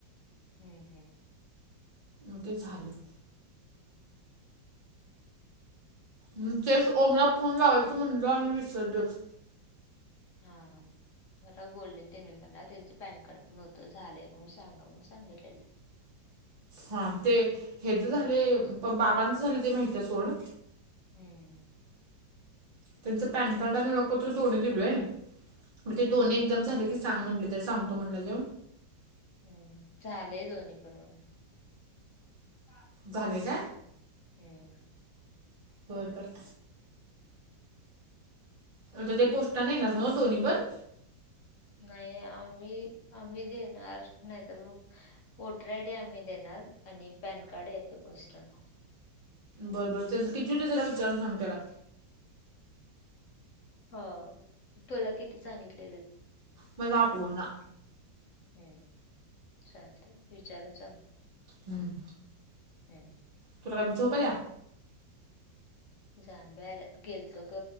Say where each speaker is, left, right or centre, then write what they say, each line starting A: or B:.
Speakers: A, on the left; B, on the right.
A: <unintelligible>
B: मग ते झालं. हम्म तेच ओमला फोन लावायचं म्हणलो आणि विसरलयचं.
A: हा हा. खरं बोले त्यांनी मला, त्यांच पॅन कार्ड पण होत झालेय सांगा म्हणून सांगितलेलीत.
B: हा ते हेच झाले प, बाबांच झालं ते माहित झालंय सोड.
A: हम्म.
B: त्यांचं पॅन कार्ड आणि ओळखपत्र दोनही दिलोय म ते
A: हम्म
B: दोन एकदम झालं सांग म्हटलं, सांगतो म्हटलं जे.
A: हम्म झालंय दोन्ही पण बनवून. कां
B: झाले काय.
A: हम्म.
B: बरं बरं. आता ते पोस्टानं येणार नव्ह दोन्हीपण?
A: नाही आम्ही आम्ही देणार नाही तर मग ओटर आय डी आम्ही देणार, आणि पॅन कार्ड येत पोस्टान.
B: बरं बरं त्याचं किती होतात, जरा विचारून सांग त्याला.
A: हो तुला किती सांगितलेलेत?
B: मला आठवना.
A: होम चालतंय विचारून सांगतो.
B: हम्म.
A: हे
B: तुला काय झोप आलीया?
A: जांभ्या याल्यात. गेलतो ग